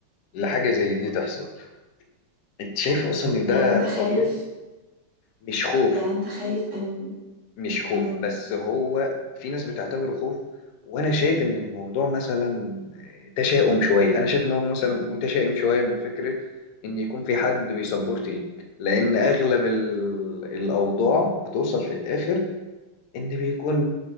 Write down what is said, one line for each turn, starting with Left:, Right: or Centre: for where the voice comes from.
Left: لحاجه زي دي تحصل انت شايف اصلا ان ده
Right: يعني انت خايف
Left: طبيعي مش خوف
Right: يعني انت خايف ان
Left: مش خوف
Right: امم
Left: بس هو في ناس بتعتبره خوف وانا شايف ان الموضوع مثلا تشاؤم شويه انا شايف ان هو مثلا متشائم شويه من فكره ان يكون في حد بيسبورت ليك لان اغلب ال- الاوضاع بتوصل في الاخر ان بيكون